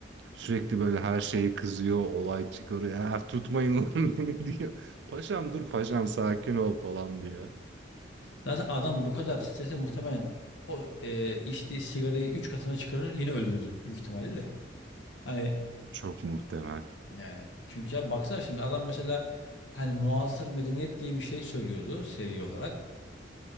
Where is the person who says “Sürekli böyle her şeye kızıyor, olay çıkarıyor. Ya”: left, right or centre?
Right